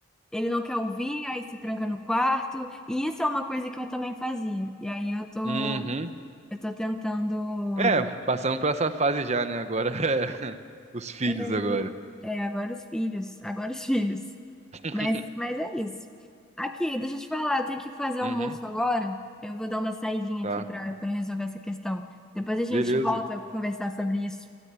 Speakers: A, in the centre; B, on the right.
A: ele não quer ouvir, aí se tranca no quarto. E isso é uma coisa que eu também fazia. E aí eu tô
B: Uhum.
A: eu tô tentando
B: É, passamos por essa fase já, né? Agora é <laughs> os filhos
A: é,
B: agora.
A: é, agora os filhos, agora os filhos.
B: <laughs>
A: Mas, mas é isso. Aqui, deixa eu te falar, eu tenho que fazer
B: Uhum.
A: almoço agora. Eu vou dar uma saidinha
B: Tá.
A: aqui para para resolver essa questão. Depois a gente
B: Beleza.
A: volta a conversar sobre isso,